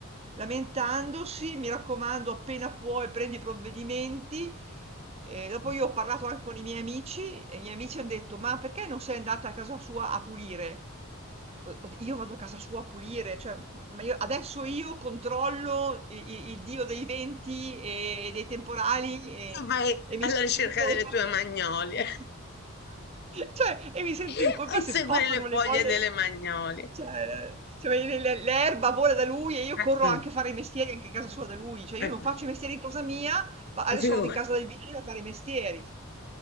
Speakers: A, on the right (about 25°); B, on the left (about 45°).
A: lamentandosi, mi raccomando, appena puoi prendi i provvedimenti.
B: Mm.
A: E dopo io ho parlato anche con i miei amici e i miei amici hanno detto, ma perché non sei andata a casa sua a pulire? o- o- io vado a casa sua a pulire, cioè, m- ma io, adesso io controllo i- i- il, dio dei venti e dei temporali e,
B: Vai
A: e mi
B: alla
A: sento
B: ricerca
A: in colpa.
B: delle tue magnolie.
A: <laughs> Cioè, e mi sento
B: <laughs>
A: in colpa
B: a inseguire
A: se spostano
B: le foglie
A: le foglie.
B: delle magnolie.
A: Cioè, cioè, le- le- l'erba vola da lui e io
B: Eh,
A: corro anche a fare i mestieri anche a casa sua da lui.
B: <laughs>
A: Cioè, io
B: mm,
A: non faccio i mestieri in casa mia, ma adesso
B: eh, figurati.
A: vado in casa del vicino a fare i mestieri.